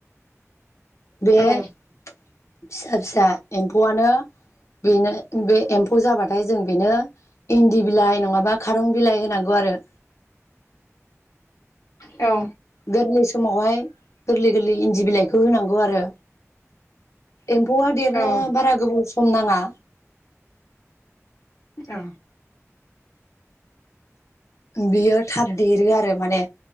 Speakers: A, on the left; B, on the left.
A: बे
B: औ
A: फिसा फिसा एम्फौआनो बेनो बे एम्फौ जाबाथाय जों बेनो इनदि बिलाइ नङा खारं बिलाइ होनांगौ आरो।
B: औ
A: गोरलै समावहाय गोरलै गोरलै इन्दि बिलाइखौ होनांगौ आरो। एम्फौआ देरनो
B: औ
A: बारा गोबाव सम नाङा
B: ओ
A: बेयो थाब देरो आरो माने